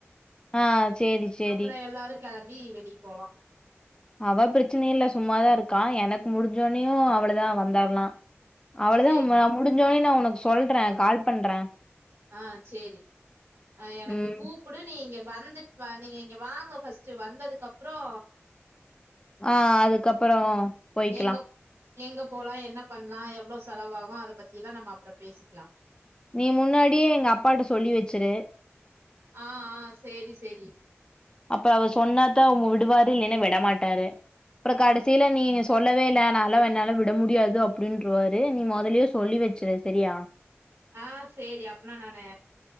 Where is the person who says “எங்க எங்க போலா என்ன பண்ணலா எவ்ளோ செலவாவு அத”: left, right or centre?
Right